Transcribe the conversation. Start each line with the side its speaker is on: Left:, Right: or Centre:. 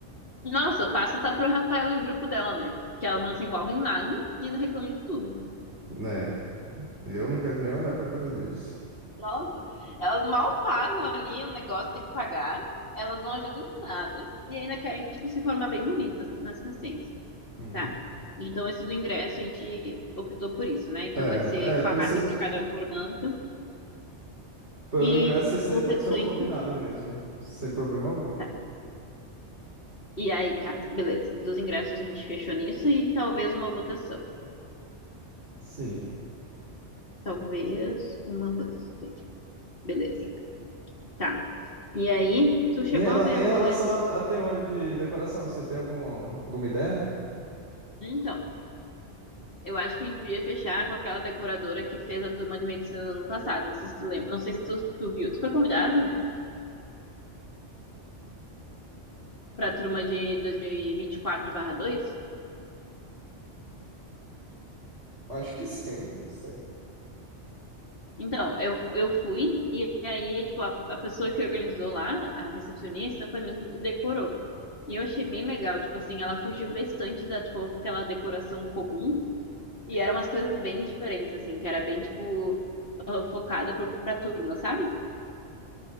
Left: Nossa, passa tá pro Rafael e o grupo dela, né? Que elas não se envolvem em nada e ainda reclamam de tudo.
Right: Né? Eu não quero nem olhar pra cara deles.
Left: Nossa, elas mal pagam ali o negócio que tem que pagar. Elas não ajudam em nada. E ainda querem, tipo, se formar bem bonitas, mas paciência.
Right: Uhum.
Left: Tá. Então, esse do ingresso a gente optou por isso, né? Então,
Right: É,
Left: vai ser
Right: é,
Left: quatro
Right: pra ser,
Left: para cada formando
Right: pra
Left: e
Right: ingresso, esse
Left: o
Right: daí pode
Left: restante.
Right: ser o combinado mesmo. Sem problema algum.
Left: Tá. E aí, tá, beleza. Dos ingressos a gente fechou nisso e talvez uma votação.
Right: Sim.
Left: Talvez uma votação. Beleza. Tá. E aí, tu chegou
Right: Em rela-
Left: a ver
Right: em relação
Left: o rolê do.
Right: a, a tema de decoração, você tem algum, alguma ideia?
Left: Então, eu acho que a gente podia fechar com aquela decoradora que fez a turma de medicina no ano passado. Não sei se tu lembra. Não sei se tu, tu viu. Tu foi convidada para a turma de 2024/2?
Right: Acho que sim, não sei.
Left: Então, eu, eu fui, e aí, tipo, a, a pessoa que organizou lá, a recepcionista, foi mesmo que decorou. E eu achei bem legal, tipo assim, ela fugiu bastante da, tipo, aquela decoração comum, e eram umas coisas bem diferentes, assim, que era bem, tipo, ah, focada pro, pra turma, sabe?